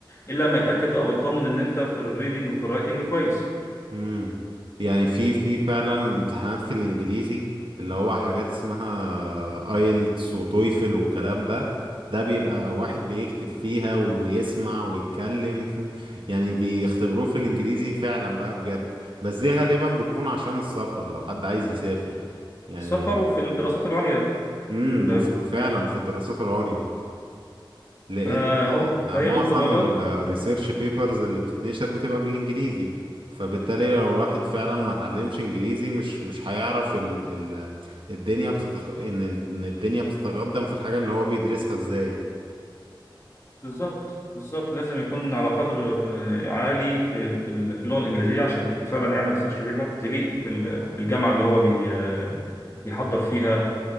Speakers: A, on the left; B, on the right.
A: الا لما يتاكد او يطمن ان انت في الريدنج وفي الرايتنج كويس
B: امم يعني في في فعلا امتحانات في الانجليزي اللي هو حاجات اسمها ايلتس وتويفل والكلام ده ده بيبقى واحد بيكتب فيها ويسمع ويتكلم <laughs> يعني بيختبروه في الانجليزي فعلا بقى بجد بس دي غالبا بتكون عشان السفر لو حد عايز يسافر يعني
A: فالسفر وفي الدراسات العليا
B: امم
A: فبش-
B: وفعلا في الدراسات العليا لان
A: فهو فهي
B: معظم
A: الاختبارات
B: الريسيرش بيبرز اللي بتتنشر بتبقى بالانجليزي فبالتالي لو الواحد فعلا ما اتعلمش انجليزي مش مش هيعرف ال ال الدنيا بتتق... ان ان الدنيا بتتقدم في الحاجة اللي هو بيدرسها ازاي
A: بالظبط بالظبط لازم يكون على قدر آه، عالي في في ال- في اللغه الانجليزيه عشان فعلا يعمل ريسيرش بيبر تليق بال- بالجامعه اللي هو بي آه، بيحضر فيها